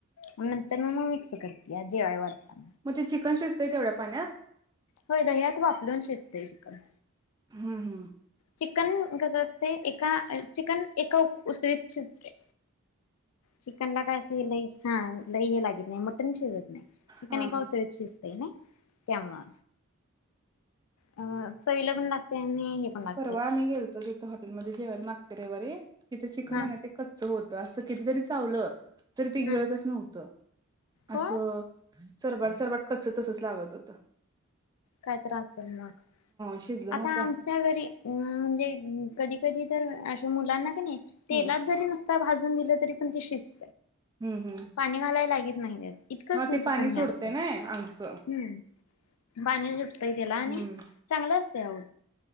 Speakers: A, on the left; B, on the right.
A: मग नंतर मग मी मिक्स करते जेवाय वाढतात
B: मग ते चिकन शिजतते ते एवढा पाण्यात
A: होय दह्यात वापरून शिजते चिकन
B: हम् हम्
A: चिकन कसं असते एका चिकन एका उसळीत शिजते चिकनला काय अस लई हा लई हे लागत नाही मटन शिजत नाही चिकन
B: हा
A: एक
B: हा
A: औसळत शिजत त्यामु अ चईलं पण लागत त्या हे पण लाग
B: परवा आम्ही गेलतो. तिथं हॉटेलमध्ये जेवायला मागच्या रविवारी तिथे चिकन
A: हा
B: आहे, ना ते कच्च होत असं कितीतरी चावलं तरी ते
A: हम्म
B: गिळतच नव्हत, असं
A: हो हम्म
B: सरबाट सरवाट कच्च तसचं लागत होत.
A: काय तर असलं मग,
B: शिजलं
A: आता
B: नव्हतं
A: आमच्या घरी अ म्हणजे कधी कधी तर अ मुलांना कनइ तेलात
B: हम्म
A: जरी नुसता, भाजून दिलं तरी पण ते शिज
B: हम्म हम्म
A: पाणी घालाय लागित नाही, त्यात इतकं
B: हा
A: तुमच
B: ते पाणी
A: <unintelligible> हे
B: सोडतय
A: असतंय,
B: ना अंगच
A: हम्म! पाणी सुुटतयं त्याला
B: हम्म
A: आणि चांगलं असतय, अवो